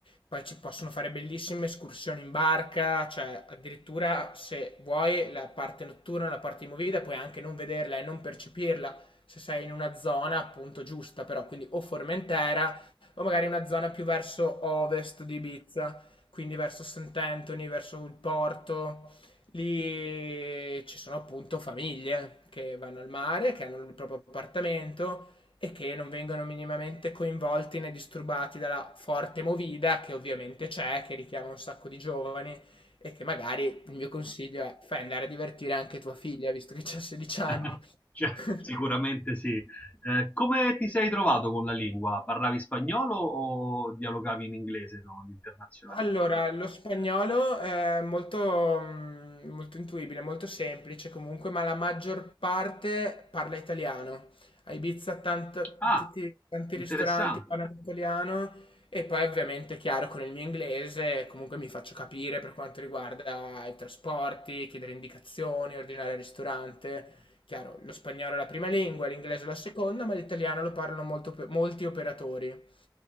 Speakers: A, on the left (about 80°); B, on the left (about 15°).
A: poi ci possono fare bellissime escursioni in barca, cioè addirittura se vuoi la parte notturna, la parte di movida, puoi anche non vederla e non percepirla se sei in una zona appunto giusta, però quindi o Formentera o magari una zona più verso ovest di Ibiza, quindi verso Sant'Anthony, verso il porto. Lì ci sono appunto famiglie che vanno al mare, che hanno il proprio appartamento e che non vengono minimamente coinvolti né disturbati dalla forte movida che ovviamente c'è, che richiama un sacco di giovani e che magari il mio consiglio è fai andare a divertire anche tua figlia, visto che c'ha 16 anni.
B: <laughs> Cioè,
A: <laughs>
B: sicuramente sì. Eh, come ti sei trovato con la lingua? Parlavi spagnolo o dialogavi in inglese, no? L'internazionalità.
A: Allora, lo spagnolo è molto, mm, molto intuibile, molto semplice comunque, ma la maggior parte parla italiano. A Ibiza tanto-
B: Ah,
A: tutti, tanti
B: interessante,
A: ristoranti parlano italiano e poi ovviamente, chiaro, con il mio inglese comunque mi faccio capire per quanto riguarda i trasporti, chiedere indicazioni, ordinare al ristorante. Chiaro, lo spagnolo è la prima lingua, l'inglese è la seconda, ma l'italiano lo parlano molto pe- molti operatori.